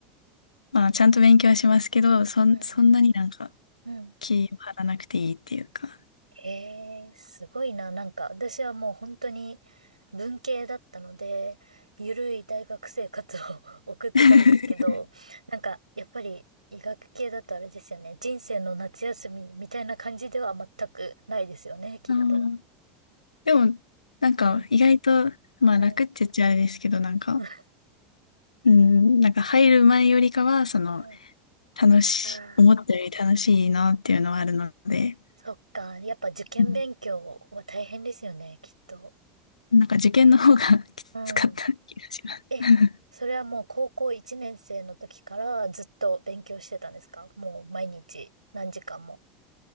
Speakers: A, on the left (about 75°); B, on the right (about 85°).
A: まあちゃんと勉強はしますけど、そん、
B: うん
A: そんなになんか
B: うんうん。
A: 気を張らなくていいっていうか。
B: ええすごいな。なんか、私はもう本当に文系だったので、ゆるい大学生活を <laughs> 送ってたんですけど、
A: <laughs>
B: なんか、やっぱり医学系だとあれですよね。人生の夏休みみたいな感じでは全くないですよね、きっと。
A: あーでも、なんか意外と、
B: うん。
A: まあ楽って言っちゃあれですけど、
B: うん。
A: なんか、
B: <laughs>
A: うん、なんか入る前よりかは、その、
B: う
A: 楽し、
B: ん。
A: 思ったより楽しいなっていうのはあるので、
B: ああそっか。やっぱ受験勉強は大変ですよね、
A: うん
B: きっと。
A: なんか受験の方が <laughs> きつかった気がします。
B: うん。え、
A: <laughs>
B: それはもう高校1年生の時からずっと勉強してたんですかもう毎日何時間も。